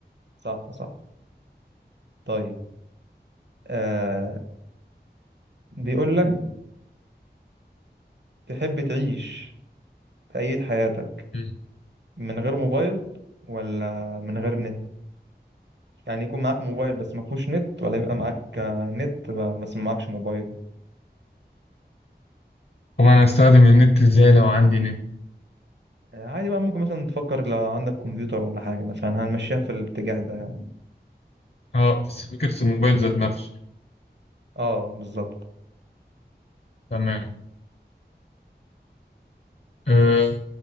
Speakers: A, on the right; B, on the left.
A: صح صح طيب آه بيقول لك تحب تعيش في أية حياتك
B: مم.
A: من غير موبايل ولا من غير نت يعني يكون معاك موبايل بس ما فيهوش نت ولا يبقى معاك آه، نت ب- بس ما معكش موبايل
B: طب انا هستخدم النت ازاي لو عندي نت
A: آه عادي بقى ممكن مثلا تفكر لو عندك كمبيوتر ولا حاجة مثلا هنمشيها في الاتجاه ده يعني
B: اه بس فكرة الموبايل ذات نفسه
A: اه بالظبط
B: تمام أه